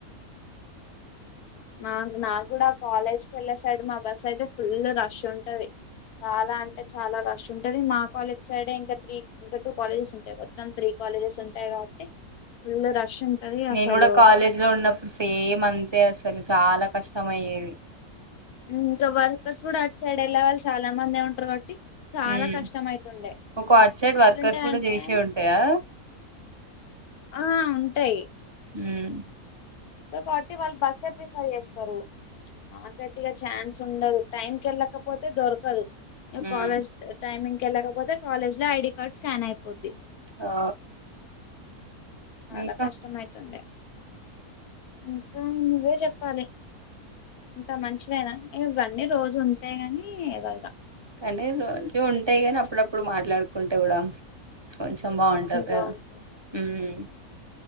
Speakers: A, on the left; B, on the right.
A: మా నా కూడా కాలేజ్కి వెళ్ళే సైడ్ మా బస్ అయితే ఫుల్ రష్ ఉంటది చాలా అంటే చాలా రష్ ఉంటది మా కాలేజ్ సైడ్ే ఇంకా త్రీ ఇంకా టూ కాలేజెస్ ఉంటాయి మొత్తం త్రీ కాలేజెస్ ఉంటాయి కాబట్టి ఫుల్ రష్ ఉంటది
B: నేను
A: అసలు
B: కూడా కాలేజ్ లో ఉన్నప్పుడు సేమ్ అంతే అసలు చాలా కష్టం అయ్యేది
A: ఇంకా వర్కర్స్ కూడా అటు సైడ్ వెళ్ళే వాళ్ళు చాలా మంది ఉంటారు కబట్టి చాలా
B: హ్మ్.
A: కష్టం అవుతుండే
B: ఒక అట్ సైడ్
A: ఎట్లుంటది
B: వర్కర్స్ కూడా
A: అంటే
B: చేసే ఉంటాయా
A: ఆ ఉంటాయి
B: హ్మ్మ్
A: సో కాబట్టి వాళ్ళు బస్సే ప్రిఫర్ చేస్తారు మాకైతేఈగా ఛాన్స్ ఉండదు టైంకి వెళ్ళకపోతే దొరకదు
B: హ్మ్.
A: కాలేజ్ టైమింగ్కి వెళ్ళకపోతే కాలేజ్ లో ఐడి కార్డ్ స్కాన్ అయిపోద్ది
B: ఆ
A: చాలా
B: ఇంకా
A: కష్టమైతుండే ఇంకా నువ్వే చెప్పాలి. ఇంత మంచిదైనా ఇవన్నీ రోజు ఉంటేయి గాని ఏదోగా
B: లేదు అన్ని ఉంట అప్పుడప్పుడు మాట్లాడుకుంటే కూడా కొంచెం బాగుంటది కదా
A: బాగుంటాయి
B: మ్మ్